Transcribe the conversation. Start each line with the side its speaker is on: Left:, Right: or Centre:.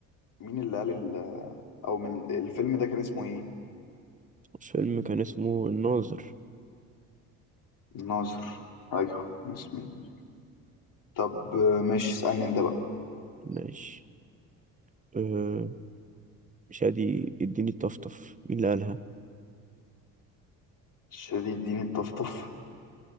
Left: مين اللي قال ال... أو من الفيلم ده كان اسمه إيه؟
Right: الفيلم كان اسمه الناظر
Left: الناظر أيوه كان اسمه إيه؟ طب آه، ماشي اسألني أنت بقى
Right: ماشي اه، مش هادي اديني الطفطف مين اللي قالها
Left: شديد اديني الطفطف